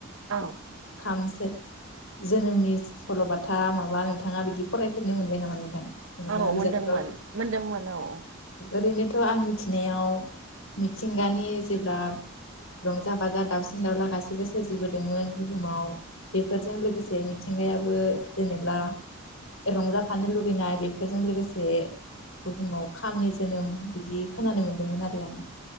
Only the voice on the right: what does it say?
औ
औ
मोनदोंमोन मोनदोंमोन औ
औ